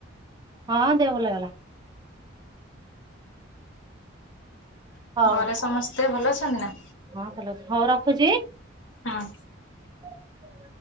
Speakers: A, on the right; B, on the left.
A: ହଁ ଦେହ ଭଲ ହେଇଗଲା। ହଉ
B: ଘରେ ସମସ୍ତେ ଭଲ ଅଛନ୍ତି ନା।
A: ହଁ ଭଲ ଅଛନ୍ତି ହଉ ଖୁଚି।
B: ହଁ।
A: <unintelligible>